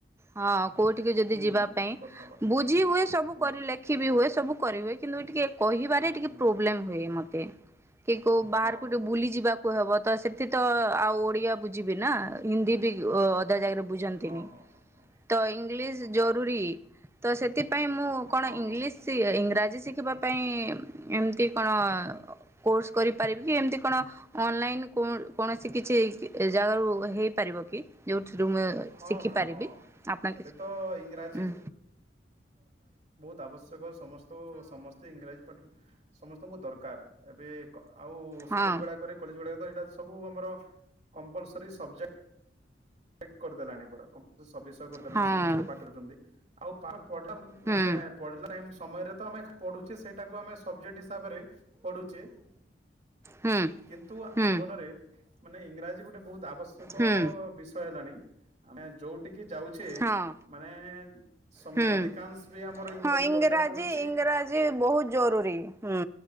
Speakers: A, on the right; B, on the right.
A: ହଁ କୋଉଠିକ ଯଦି
B: ହୁଁ
A: ଯିବା
B: ହୁଁ
A: ପାଇଁ
B: କଥାବାର୍ତ୍ତା
A: ବୁଝି ହୁଏ ସବୁ
B: ହୁଁ
A: କରି
B: ହୁଁ
A: ଲେଖି
B: ହୁଁ
A: ବିି ହୁଏ ସବୁ। କରିବେ କିନ୍ତୁ ଟିକେ କହିବାରେ
B: ହୁଁ
A: ଟିକେ
B: ହୁଁ
A: ପ୍ରୋବ୍ଲେମ
B: ହୁଁ।
A: ହୁଏ ମତେ କି କୋଉ ବାହାରକୁ
B: ହଁ ହଁ
A: ଟିକେ
B: ହଁ
A: ବୁଲି ଯିବାକୁ ହବ। ତ ସେଠି ତ ଆଉ ଓଡିଆ ବୁଝିବି ନା ହିନ୍ଦୀ ବି ଅଧା ଜାଗାରେ ବୁଝନ୍ତିନି
B: ହଁ ହଁ ହଁ
A: ତ ଇଂଲିଶ
B: ହଁ
A: ଜରୁରୀ ତ ସେତି ପାଇଁ ମୁଁ କଣ
B: ହଁ
A: ଇଂଲିଶ
B: ହଁ
A: ୟ, ଇଂରା ଜି ଶିଖିବା ପାଇଁ ଏମିତି କଣ କୋର୍ସ କରିପାରିବି କି ଏମତି କଣ ଅନଲାଇନ୍ କଣ କୌଣସି କିଛି <unintelligible> ଏ ଜାଗାରୁ ହେଇପାରିବ କି ଯୋଉଥିରୁ ମୁଁ
B: ହଁ
A: ଶିଖିପାରିବି
B: ହଁ ମ୍ୟାଡ଼ାମ ହଁ
A: ଆପଣ
B: ଏବେ
A: କିଛି,
B: ତ ଇଂରାଜୀ
A: ଉଁ,
B: ତାବଶ୍ୟକସ ସମସ୍ତଙ୍କୁ ସମସ୍ତେ ଇଂରାଜୀ ପାଠ୍ ସମସ୍ତଙ୍କୁ ଦର କାର ଏବେ କ ଆଉ
A: ହଁ
B: ସ୍କୁଲ୍ ଗୁଡାକରେ କଲେଜ ଗୁଡା ତ ଏଇଟା ସବୁ ଆମର କମ୍ପ ପଲସରି ସବ୍ଜେ <unintelligible> କରିଦେଲାଣି ପରା କମ୍ପ ସ ବିଷୟ କରିଦେଲେ
A: ହଁ
B: ସମସ୍ତେ ପାଠ ପଢ଼ୁଛନ୍ତି। ଆଉ ପାର ପଢିଲା
A: ହୁଁ
B: ମାନେ ପଢିଲା ଟାଇମ୍ ସମୟରେ ତ ଆମେ ପଢୁ ଯେ ସେଇଟା କୁ ଆମେ ସବଜେକ୍ଟ ହିସାବରେ ପଢୁଚେ,
A: ହୁଁ
B: କିନ୍ତୁ
A: ହୁଁ
B: <inaudible> ମନରେ ମାନେ ଇଂରାଜୀ ଗୋଟେ ବୋହୁତ ଆବଶ୍ୟକ
A: ହୁଁ
B: ବିଷ ଟାଣି ଆମେ ଯୋଉଟିକି ଯାଉଛେ
A: ହଁ
B: ମାନେ ସମ୍
A: ହୁଁ
B: ଅଧିକାଂଶ ବି ଆମର ଇଂରାଜୀ
A: ହଁ
B: ଦରକାର ପଡ଼ୁଛି,
A: ଇଂରାଜୀ ବହୁତ ଜରୁରୀ ହୁଁ